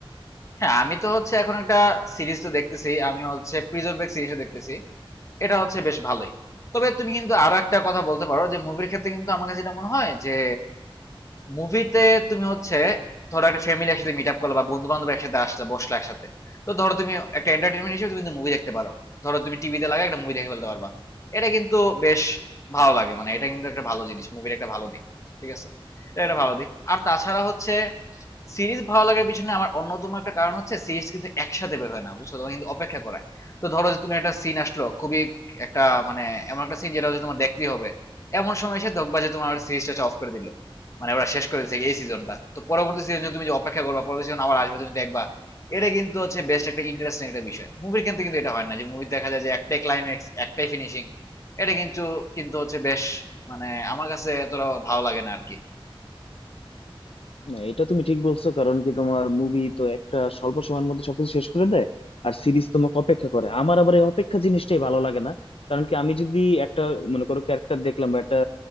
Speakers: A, on the left; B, on the left.
A: হ্যাঁ আমি তো হচ্ছে এখন একটা সিরিজ তো দেখতেছি আমি হচ্ছে প্রিজন ব্রেক সিরিজও দেখতেছি এটা হচ্ছে বেশ ভালোই তবে তুমি কিন্তু আরো একটা কথা বলতে পারো যে মুভির ক্ষেত্রে কিন্তু আমার কাছে যেটা মনে হয় যে মুভিতে তুমি হচ্ছে ধরো একটা ফ্যামিলি একসাথে মিট আপ করলো বা বন্ধু বান্ধব একসাথে আসলে বসলো একসাথে তো ধরো তুমি একটা এন্টারটেনমেন্ট হিসেবে তুমি মুভি দেখতে পারো ধরো তুমি টিভিতে লাগা একটা মুভি দেখে ফেলতে পারবা এটা কিন্তু বেশ ভালো লাগে মানে এটা কিন্তু একটা ভালো জিনিস মুভির একটা ভালো দিক ঠিক আছে এটা একটা ভালো দিক আর তাছাড়া হচ্ছে সিরিজ ভালো লাগার পিছনে আমার অন্যতম একটা কারণ হচ্ছে সিরিজ কিন্তু একসাথে বের হয় না বুঝছো তোমাকে কিন্তু অপেক্ষা করায় তো ধরো যে তুমি একটা সিন আসলো খুবই একটা মানে এমন একটা সিন যেটা হচ্ছে তোমার দেখতেই হবে এমন সময় এসে দেখবা যে তোমার সিরিজটা অফ করে দিল মানে ওরা শেষ করেছে এই সিজনটা তো পরবর্তী সিজন তুমি যে অপেক্ষা করবা পরবর্তী সিজন আবার আসবে তুমি দেখবা এটা কিন্তু হচ্ছে বেস্ট একটা ইন্টারেস্টিং একটা বিষয় মুভির ক্ষেত্রে কিন্তু এটা হয় না যে মুভি দেখা যায় যে একটাই ক্লাইম্যাক্স একটাই ফিনিশিং এটা কিন্তু কিন্তু হচ্ছে বেশ মানে আমার কাছে এতটা ভালো লাগে না আর কি
B: না এটা তুমি ঠিক বলছো কারণ কি তোমার মুভি তো একটা স্বল্প সময়ের মধ্যে সবকিছু শেষ করে দেয় আর সিরিজ তোমাকে অপেক্ষা করে আমার আবার এই অপেক্ষা জিনিসটাই ভালো লাগে না কারণ কি আমি যদি একটা মনে করো ক্যারেক্টার দেখলাম বা একটা